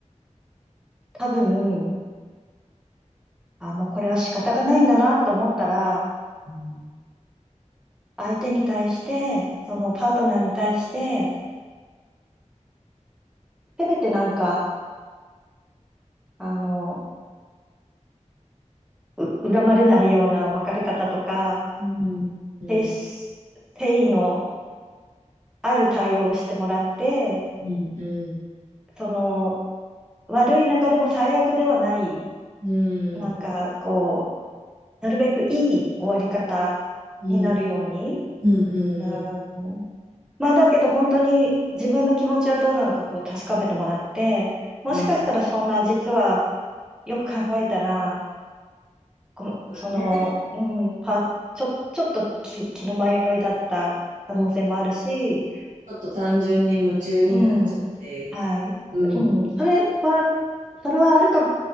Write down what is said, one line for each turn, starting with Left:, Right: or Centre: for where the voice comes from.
Centre: 多分、あ、もうこれは仕方がないんだなと思ったら、
Right: うん。
Centre: 相手に対して、そのパートナーに対して、せめてなんか、あの、う、恨まれないような別れ方とか、
Right: うん、うん、
Centre: 誠誠意のある対応をしてもらって、
Right: うん、うん、
Centre: その、悪い中でも最悪ではない、
Right: うん、
Centre: なんかこう、なるべくいい終わり方
Right: うん、
Centre: になるように。
Right: うん、
Centre: う
Right: うん。
Centre: ん、まあだけど本当に自分の気持ちはどうなのかこう確かめてもらって、もしかしたらそんな実は
Right: なんか
Centre: よく考えたら、この、その、
Right: ね、
Centre: うん、パ、ちょ、ちょっと気、気の迷いだった可能性もあるし、
Right: うんちょっと単純に夢中になっちゃって、
Centre: うん。はい。
Right: うん。
Centre: うん。それは、それはあるか